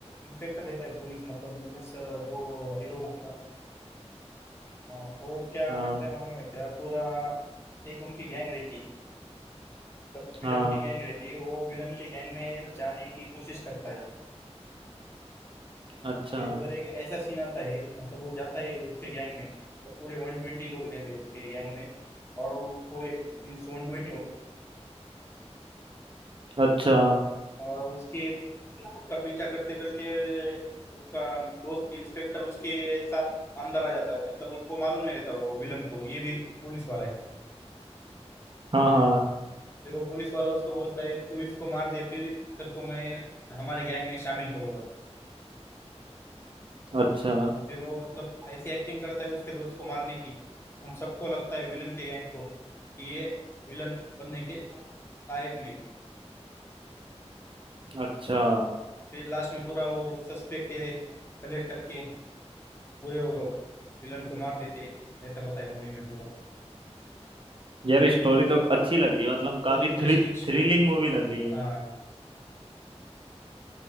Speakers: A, on the left; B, on the right.
A: इंस्पेक्टर रहता है पुलिस मतलब मीन्स जो हीरो उसका हाँ, वो क्या
B: हाँ
A: करता है मालूम है क्या पूरा एक उनकी गैंग रहती है विलन
B: हाँ
A: की गैंग रहती है वो विलन की गैंग में जाने की कोशिश करता है
B: अच्छा
A: फिर उधर एक ऐसा सीन आता है मतलब वो जाता है उसके गैंग में तो पूरे वन ट्वेंटी लोग रहते हैं उसके गैंग में और वो वो एक मीन्स वन ट्वेंटी
B: अच्छा
A: और, और उसके उसका पीछा करते करते उसका दोस्त इंस्पेक्टर उसके साथ अंदर आ जाता है मतलब उसको मालूम नहीं रहता वो विलन को ये भी पुलिस वाला है
B: हाँ हाँ
A: फिर वो पुलिस वाला उसको बोलता है तू इसको मार दे फिर तेरे को मैं हमारे गैंग में शामिल करूंगा
B: अच्छा
A: फिर वो मतलब ऐसी एक्टिंग करता है उसके दोस्त को मारने की उन सबको लगता है विलन के गैंग को कि ये विलन बनने के लायक नहीं है।
B: अच्छा
A: फिर लास्ट में पूरा वो सस्पेक्ट कलेक्ट करके पूरे वो विलन को मार देते हैं ऐसा बताया मूवी में पूरा
B: यार स्टोरी तो अच्छी लग रही है मतलब काफी
A: बहुत इंटरेस्टिंग
B: थ्री
A: स्टोरी
B: थ्रिलिंग
A: है
B: मूवी लग रही है
A: हाँ